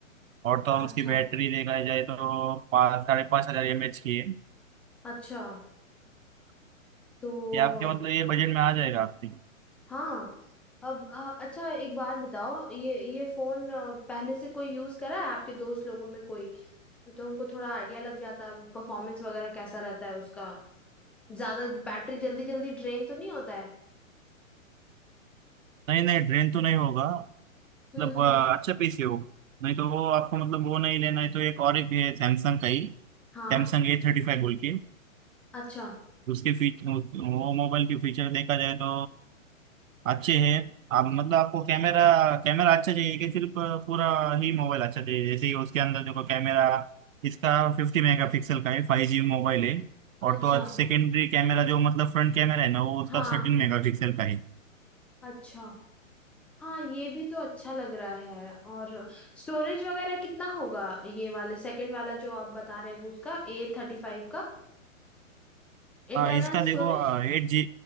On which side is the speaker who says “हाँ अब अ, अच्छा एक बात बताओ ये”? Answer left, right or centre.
Centre